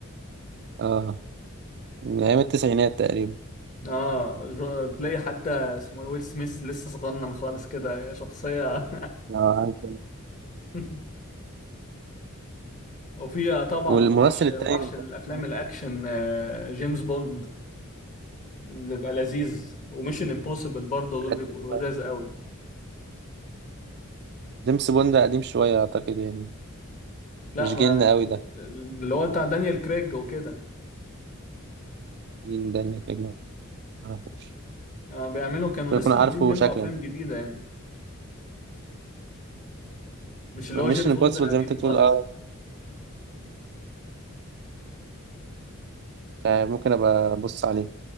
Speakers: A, on the right; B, on the left.
A: اه من ايام التسعينات تقريبا
B: اه جو- تلاقي حتى اسمه إيه، ويل سميث لسه صغنن خالص كده شخصية
A: اه عارف.
B: <laughs> وفيها طبعا
A: والممثل
B: وحش وحش
A: التاني اللي
B: الافلام
A: كان معاه
B: الاكشن آه، جيمس بوند بيبقى لذيذ وميشن امبوسيبل برضه دول
A: قديم
B: بيبقوا
A: شوية.
B: لذاذ قوي
A: جيمس بوند قديم شوية اعتقد يعني
B: لا
A: مش
B: ما
A: جيلنا قوي ده
B: اللي هو بتاع دانيال كريج وكده
A: جيل ده اللي في الأجنبي. معرفوش
B: آه، بيعملوا كانوا
A: ممكن
B: لسه
A: أكون عارفه
B: عاملين منه
A: شكلا
B: افلام جديدة يعني مش اللي
A: مش
B: هو جيمس
A: امبوسيبل
B: بوند القديم
A: زي ما أنت بتقول
B: خالص
A: أه مش عارف، ممكن أبقى أبص عليه